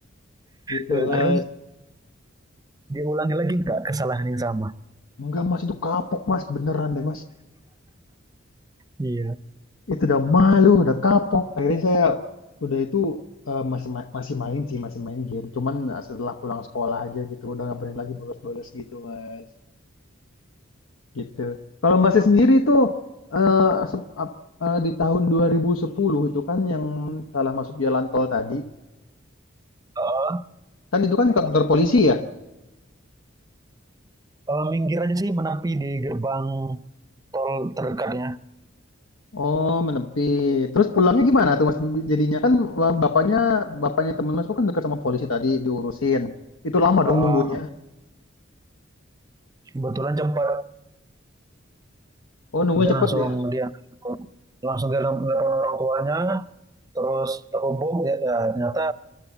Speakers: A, on the left; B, on the right.
A: Gitu
B: Eh,
A: mas.
B: Terus diulangi lagi nggak kesalahan yang sama?
A: Enggak mas itu kapok mas beneran deh mas.
B: iya.
A: Itu udah malu, udah kapok. Akhirnya saya udah itu eh, masih ma- masih main sih, masih main game. Cuman eh, setelah pulang sekolah aja gitu, udah nggak berani lagi bolos-bolos gitu, Mas. Gitu. Kalau Masnya sendiri itu eh, sep- ap- eh, di tahun 2010 itu kan yang salah masuk jalan tol tadi,
B: Oh,
A: kan itu kan ke kantor polisi ya?
B: kalau minggir aja sih menepi di gerbang tol terdekatnya.
A: Oh, menepi. Terus pulangnya gimana tuh, Mas? Jadinya kan eh, bapaknya bapaknya teman Mas itu kan dekat sama polisi tadi diurusin. Itu lama
B: Oh,
A: dong nunggunya.
B: kebetulan cepat
A: Oh, nunggunya
B: dia
A: cepet
B: langsung
A: ya?
B: dia langsung dia nelpon orang tuanya terus terhubung ya, ya, ternyata